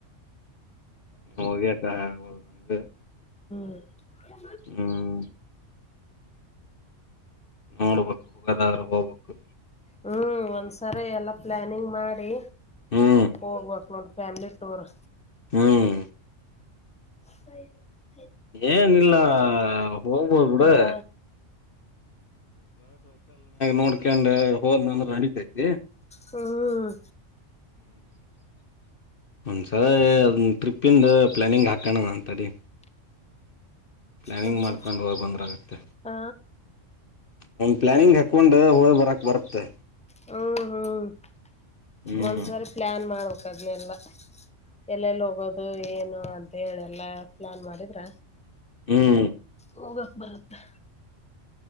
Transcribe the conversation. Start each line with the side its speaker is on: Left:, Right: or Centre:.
Left: ಹೋಗ್ಯಕ <unintelligible>
Centre: <inaudible>
Left: ಹ್ಮ್ ನೋಡ್ಬೇಕ್ ಎಲ್ಲಾದ್ರೂ ಹೋಗ್ಬೇಕು.
Centre: ಹ್ಮ್ ಒಂದ್ಸರಿ ಎಲ್ಲ ಪ್ಲಾನಿಂಗ್ ಮಾಡಿ
Left: ಹ್ಮ್
Centre: ಹೋಗ್ಬೇಕು ನೋಡಿ ಫ್ಯಾಮಿಲಿ ಟೂರ್.
Left: ಹ್ಮ್
Centre: <inaudible>
Left: ಏನಿಲ್ಲ ನ ಹೋಗ್ಬೋದ್ ಬಿಡೆ.
Centre: ಮತ್ತ
Left: ನೋಡ್ಕೊಂಡ್ ಹೋದ್ನಂದ್ರ ನಡಿತೈತಿ
Centre: ಹ್ಮ್
Left: ಒಂದ್ಸಲಾ ಅದ್ನ್ ಟ್ರಿಪ್ಪಿಂದ ಪ್ಲ್ಯಾನಿಂಗ್ ಹಾಕಣ ಅಂತದಿ ಪ್ಲಾನಿಂಗ್
Centre: ಮತ್ತ
Left: ಮಾಡ್ಕೊಂಡು ಹೋಗ್ ಬಂದ್ರಾಗುತ್ತೆ.
Centre: ಹ
Left: ಹೆಂಗ್ ಪ್ಲ್ಯಾನಿಂಗ್ ಹಾಕ್ಕೊಂಡು ಹೋಯ್ ಬರಕ್ ಬರುತ್ತೆ.
Centre: ಹ್ಮ್ ಹ್ಮ್
Left: ಹ್ಮ್
Centre: ಒಂದ್ಸರಿ ಪ್ಲಾನ್ ಮಾಡು. ಹಗ್ಲೆಲ್ಲ. ಎಲ್ಲೆಲ್ ಹೋಗೋದ್ ದೇ ಏನು ಅಂತ್ ಹೇಳ್ ಎಲ್ಲಾ ಪ್ಲಾನ್ ಮಾಡಿದ್ರ.
Left: ಹ್ಮ್
Centre: ಹೋಗಕ್ ಬರುತ್ತೆ.